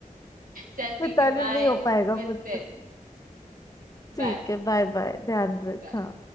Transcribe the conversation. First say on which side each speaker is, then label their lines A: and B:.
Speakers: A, on the right; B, on the left.
A: चल ठीक
B: मिताली
A: है बाय
B: नहीं हो पाएगा
A: मिलते
B: मुझसे
A: हैं बाय
B: ठीक है बाय बाय ध्यान रख
A: बाय
B: हाँ